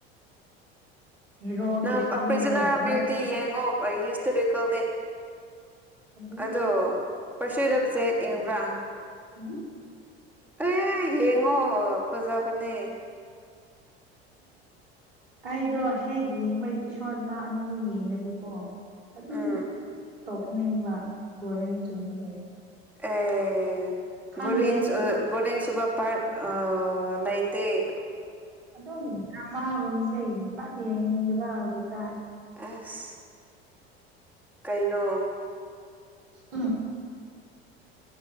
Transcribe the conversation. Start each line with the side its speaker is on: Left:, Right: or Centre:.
Right: ꯍꯦꯔꯣꯒꯤ
Centre: ꯅꯪ
Right: ꯁꯝꯗꯣ
Centre: ꯄ꯭ꯔꯤꯖꯨꯅꯔ
Right: ꯋꯥꯏꯠ
Centre: ꯕ꯭ꯨꯇꯤ ꯌꯦꯡꯉꯣ <inaudible> ꯀꯅꯤ
Right: ꯀꯂꯔꯗꯤ
Centre: ꯑꯗꯣ ꯄꯔꯁꯤꯗꯞꯖꯦꯠ ꯌꯦꯡꯕ꯭ꯔꯥ
Right: ꯎꯝ
Centre: ꯑꯦ ꯌꯦꯡꯉꯣ ꯐꯖꯕꯅꯦ
Right: ꯑꯩꯗꯣ ꯍꯦꯛ ꯌꯦꯡꯕ ꯏꯄꯤꯁꯣꯠ ꯃꯥ ꯑꯅꯤ ꯌꯦꯡꯉꯗꯤꯀꯣ ꯑꯗꯨꯝ
Centre: ꯎꯝ
Right: ꯇꯣꯛꯅꯤꯡꯕ ꯕꯣꯔꯤꯡ ꯆꯨꯕꯒꯤ
Centre: ꯑꯦ
Right: ꯈꯪꯗꯦ
Centre: ꯕꯣꯌꯤꯛ ꯁꯨ ꯕꯣꯔꯤꯡ ꯆꯨꯕ ꯄꯥꯔ ꯑ ꯂꯥꯏꯇꯦ
Right: ꯑꯗꯨꯝ ꯗ꯭ꯔꯃꯥꯒꯨꯝꯁꯦ ꯄꯥꯛ ꯌꯦꯡꯅꯤꯡꯗꯕ ꯍꯧꯖꯤꯛꯀꯥꯟ
Centre: ꯑꯁ ꯀꯩꯅꯣ
Right: ꯎꯝ